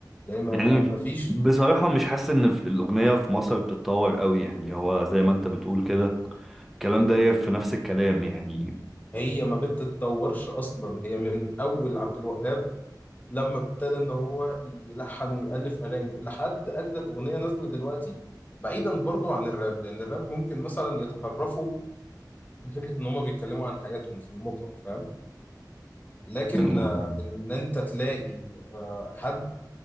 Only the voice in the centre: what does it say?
يعني
بصراحه مش حاسس ان في الاغنيه في مصر بتتطور قوي يعني هو زي ما انت بتقول كده الكلام ده في نفس الكلام يعني
أمم.